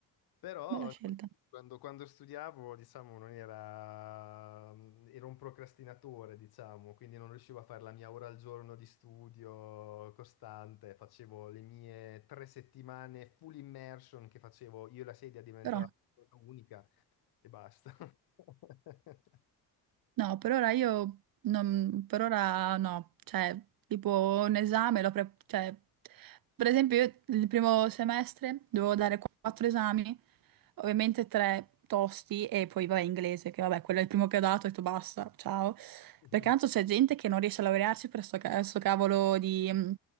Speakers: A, on the left; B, on the right.
A: Però
B: bella
A: no,
B: scelta.
A: quando, quando studiavo, diciamo, non era... mm, ero un procrastinatore, diciamo, quindi non riuscivo a fare la mia ora al giorno di studio costante, facevo le mie tre settimane full immersion che facevo, io e la sedia diventava
B: Però.
A: una cosa unica e basta. <laughs>
B: No, per ora io non, per ora no, cioè tipo un esame, lo pre- cioè, per esempio io il primo semestre dovevo dare qu- quattro esami, ovviamente tre tosti e poi vabbè inglese, che vabbè quello è il primo che ho dato, ho detto basta, ciao,
A: Non
B: perché tanto c'è gente che non riesce a laurearsi per sto, ca- sto cavolo di mm,